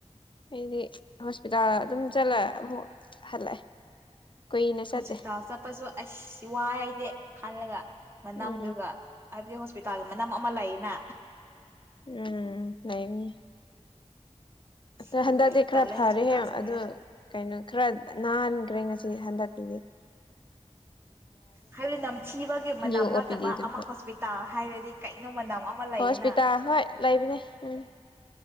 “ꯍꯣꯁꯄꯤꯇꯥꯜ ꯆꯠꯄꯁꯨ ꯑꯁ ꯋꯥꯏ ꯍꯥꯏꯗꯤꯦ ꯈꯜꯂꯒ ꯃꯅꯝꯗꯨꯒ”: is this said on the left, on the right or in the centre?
Right